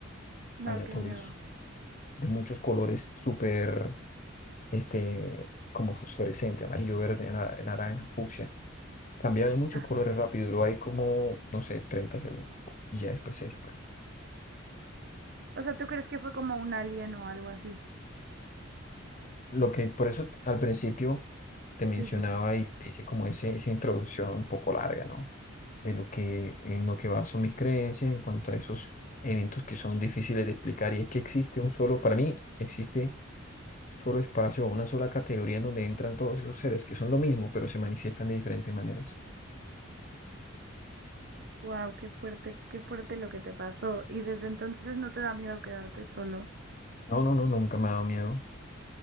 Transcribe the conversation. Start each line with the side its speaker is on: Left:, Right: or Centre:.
Right: No,
Left: aleatorios,
Right: qué miedo.
Left: de muchos colores, súper, este, como fosforescente, amarillo, verde, na- naranja, fucsia. Cambiaba de muchos
Right: Ajá.
Left: colores rápido, duró ahí como, no sé, 30 segundos y ya después se desapareció.
Right: O sea, ¿tú crees que fue como un alien o algo así?
Left: Lo que por eso al principio te mencionaba
Right: Sí, sí.
Left: y te hice como ese, esa introducción un poco larga, ¿no? de lo que, en lo que baso mis creencias en cuanto a esos eventos que son difíciles de explicar. Y es que existe un solo, para mí, existe solo espacio o una sola categoría en donde entran todos esos seres, que son lo mismo, pero se manifiestan de diferentes maneras.
Right: Wow, qué fuerte, qué fuerte lo que te pasó. Y desde entonces no te da miedo quedarte solo.
Left: No, no, no, nunca me ha dado miedo.